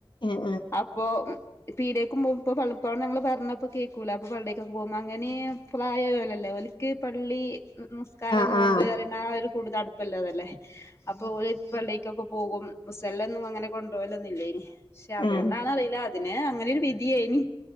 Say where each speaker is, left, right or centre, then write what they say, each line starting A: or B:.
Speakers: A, on the left; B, on the left.
A: ആഹ്
B: അപ്പൊ പി ടേക്കുമ്പോ ഇ പളപ്പഴം ങ്ങള് പറഞ്ഞപ്പ കേൾക്കൂല അപ്പൊ പള്ളിക്കൊക്കെ പോകുമ്പോ അങ്ങനെ ഫളായല്ലേ ഒലക്ക് പള്ളി നസ്കാരം
A: ആഹ്
B: നോമ്പ്
A: ആഹ്
B: അറണ ഒരു കൂടുതൽ അടുപ്പല്ലാതല്ലേ അപ്പൊ ഒരു പള്ളി ക്കെ പോകും മുസല്ലൊന്നും അങ്ങനെ കൊണ്ടപോലൊന്നില്ലേ ഇനി പക്ഷെ അതുകൊണ്ടാണറിയി
A: ആഹ്
B: അതിന് അങ്ങനെ ഒരു വിധിയായിനി